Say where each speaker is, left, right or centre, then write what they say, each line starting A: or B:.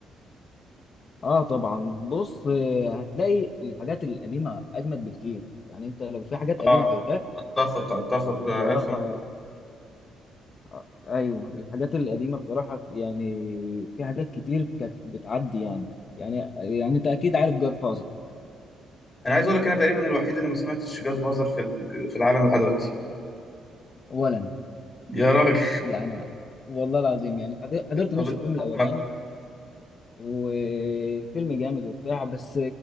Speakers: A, on the left; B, on the left.
A: آه طبعا بص آه، هتلاقي الحاجات القديمة أجمد بكتير يعني أنت لو في حاجات قديمة
B: اه
A: فايتاك
B: اتفق اتفق
A: بصراحة
B: آه، الف م...
A: آه، ايوه الحاجات القديمه بصراحه يعني في حاجات كتير كانت بتعدي يعني يعني يعني انت اكيد عارف جاد فازر
B: انا عايز اقول لك انا تقريبا الوحيد اللي ما سمعتش جاد فازر في ال- في العالم لحد دلوقتي
A: ولا انا
B: يا راجل
A: يعني والله العظيم يعني حضر- حضرت
B: <laughs> طب
A: نص
B: اتفقنا
A: الفيلم الاولاني
B: اهو
A: والفيلم جامد وبتاع بس